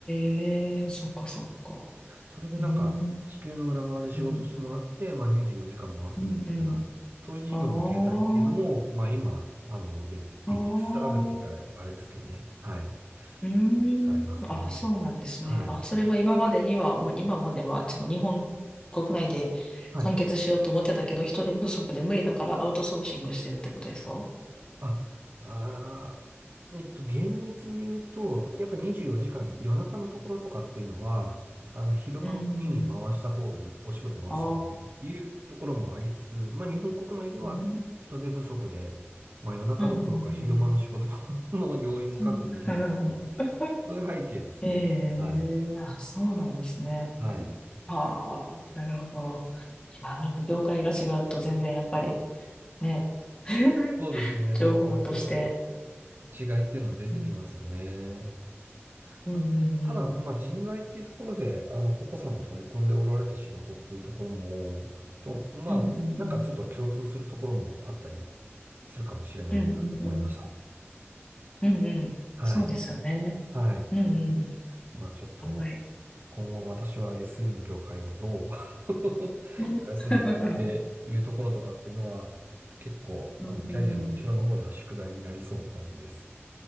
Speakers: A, on the left; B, on the right.
A: えそっかそっか。
B: それでなんか、
A: うん。
B: 地球の裏側で仕事してもらって、
A: うん
B: まあ24時間回すみたいな、
A: うんうん。
B: そういう事業の形態っていうのも、
A: あ
B: まあ今、あの、で、できつつあるって言ったらあれですけどね。
A: あ、ああ、
B: はい。
A: うーん、
B: できつつありますね。
A: あ、そうなんですね。
B: はい。
A: あ、それは今までには、もう今までは、その日本国内で
B: はい。
A: 完結しようと思ってたけど、人手不足で無理だからアウトソーシングしてるってことですか
B: あ、あー、えっと、厳密に言うと、やっぱ24時間夜中のところとかっていうのは、あの、昼間の国に回した方がいい、
A: うん、
B: お仕事回した方がいいっていうところもありつつ、
A: ああ、
B: まあ日本国内では人手不足で、
A: うん、うん、
B: まあ夜中どころか昼間の仕事も
A: うん、うん。
B: <laughs> の要員も確保できないっていう、
A: <laughs>
B: そういう背景ですね。
A: ええあ、
B: はい。
A: そうなんですね。
B: はい。
A: ああ、なるほど。いや、なんか業界が違うと全然やっぱりね、<laughs>
B: そうですね。
A: 情報として。
B: なんかこう、違いっていうの出てきますよね。
A: うん、うん、
B: まただ、
A: うん、
B: まあ、人材っていうところで、あの、ココさんが取り組んでおられた仕事っていうところも、と、まあ、
A: うん、うん、
B: なんかちょっと共通するところもあったりするかもしれないなと思いました。
A: うん、うん、うん、うん、うんうんそうですよね。
B: はい。はい。
A: うん、
B: まあ、ちょっと、
A: うん、はい。
B: 今後私は SE の業界をどう <laughs> あれするのかっていうところとかっていうのは、
A: ね <laughs>
B: 結構、
A: うん、
B: あの、キャリアの後ろの方では宿題になりそうな感じです。